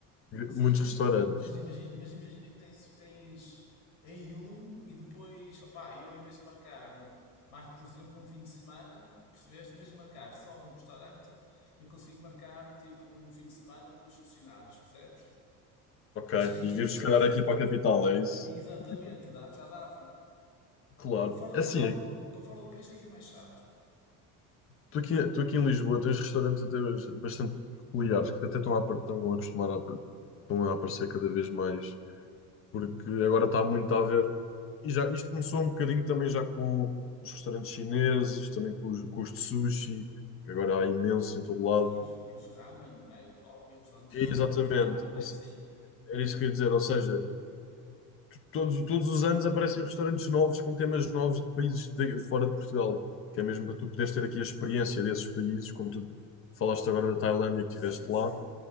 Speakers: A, on the left (about 65°); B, on the left (about 40°).
A: Sim,
B: muitos
A: mas,
B: restaurantes.
A: mas imagina, mas imagina que tens, tens em um e depois, opá, eu em vez de marcar, marco por exemplo um fim de semana, percebeste? Em vez de marcar só um restaurante, eu consigo marcar tipo um fim de semana com os funcionários, percebes?
B: Ok.
A: E já íamos,
B: E vives se calhar
A: perce-
B: aqui para a capital, é isso?
A: Exatamente,
B: Aqui para-
A: dá- já dava.
B: Claro.
A: Para fora,
B: É Assim,
A: para fora do, para fora do país é que é mais chato.
B: tu aqui, tu aqui em Lisboa tens restaurantes até hoje bastante peculiares, que até estão a, apar- estão a acostumar a, apar- estão a aparecer cada vez mais, porque agora está muito a ver. E já, isto começou um bocadinho também já com os restaurantes chineses, também com os, com os de sushi, que agora há imenso em todo lado.
A: Sim, e os, e os ramen, não é? O pessoal, e os restaurantes
B: Exatamente.
A: que servem os ramen
B: Ou
A: e assim.
B: se- Era isso que eu ia dizer, ou seja. Todos, todos os anos aparecem restaurantes novos com temas novos de países de- fora de Portugal, que é mesmo para tu poderes ter aqui a experiência desses países, como tu falaste agora da Tailândia, que
A: Sim,
B: estiveste
A: sim.
B: lá